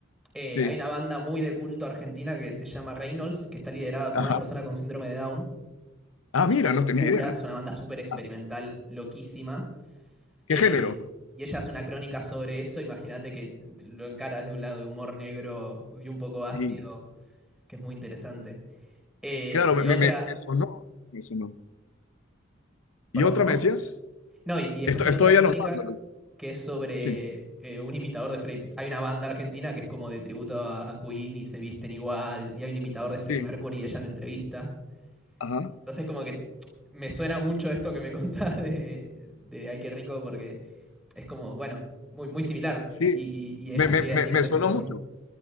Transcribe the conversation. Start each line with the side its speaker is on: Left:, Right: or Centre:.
Centre: eh,
Left: sí.
Centre: hay una banda muy de culto argentina que se llama Reynolds, que está liderada por
Left: Ajá.
Centre: una persona con síndrome de Down.
Left: Ah,
Centre: Y es
Left: mira,
Centre: una locura,
Left: no tenía idea.
Centre: es una banda súper experimental,
Left: Ah,
Centre: loquísima.
Left: ¿qué
Centre: Eh,
Left: género?
Centre: y ella hace una crónica sobre eso. Imagínate que lo encaras de un lado de humor negro y un poco ácido,
Left: Sí,
Centre: que es muy interesante. Eh,
Left: claro,
Centre: y
Left: me, me,
Centre: otra,
Left: me- me sonó, me sonó.
Centre: perdón,
Left: ¿Y otra
Centre: ¿cómo?
Left: me decías?
Centre: No, y, y después
Left: Esto,
Centre: tiene
Left: estoy
Centre: otra crónica
Left: anotando.
Centre: que es sobre
Left: Sí,
Centre: eh, un imitador de Freddie. Hay una banda argentina que es como de tributo a, a Queen y se visten igual. Y hay un imitador de Freddie
Left: sí,
Centre: Mercury y ella lo entrevista.
Left: ajá,
Centre: Entonces, como que me suena mucho esto que me <laughs> contás de, de Ay, qué rico, porque es como, bueno, muy, muy similar.
Left: sí.
Centre: Y, y- y ella
Left: Me, me,
Centre: escribe
Left: me,
Centre: así,
Left: me
Centre: con ese
Left: sonó
Centre: humor.
Left: mucho.